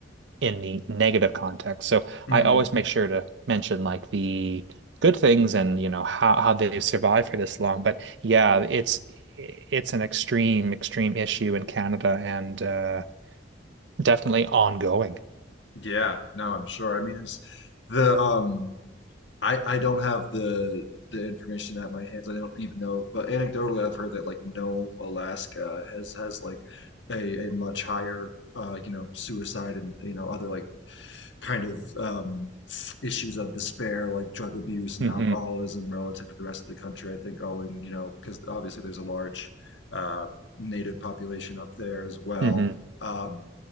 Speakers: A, on the right; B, on the left.
A: in the negative context. So
B: Mm.
A: I always make sure to mention like the good things and you know how how they've survived for this long. But yeah, it's it's an extreme extreme issue in Canada and uh definitely ongoing.
B: Yeah. No, I'm sure. I mean, it's the um I I don't have the the information at my hands. I don't even know, but anecdotally, I've heard that like Nome, Alaska has has like a a much higher uh you know suicide and you know other like kind of um issues of despair like drug abuse and
A: hmm
B: alcoholism relative to the rest of the country. I think owing you know because obviously there's a large uh, native population up there as well.
A: hmm
B: Um,